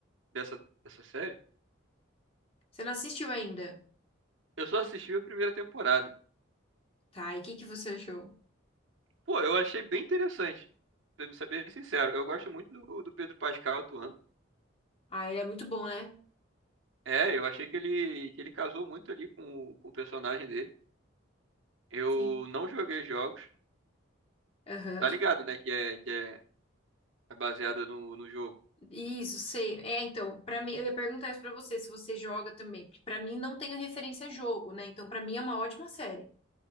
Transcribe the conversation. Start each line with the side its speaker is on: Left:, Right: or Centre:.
Right: dessa, dessa série.
Left: Você não assistiu ainda?
Right: Eu só assisti a primeira temporada.
Left: Tá, e o que que você achou?
Right: Pô, eu achei bem interessante. Pra ser bem sincero, eu gosto muito do, do Pedro Pascal atuando.
Left: Ah, ele é muito bom, né?
Right: É, eu achei que ele, que ele casou muito ali com, o- com o personagem dele. Eu
Left: Sim.
Right: não joguei jogos.
Left: Aham.
Right: Tá ligado, né? Que é, que é é baseada no, no jogo.
Left: Isso, sei. É, então, pra mim, eu ia perguntar isso pra você, se você joga também, porque pra mim não tenho referência a jogo, né? Então, pra mim é uma ótima série.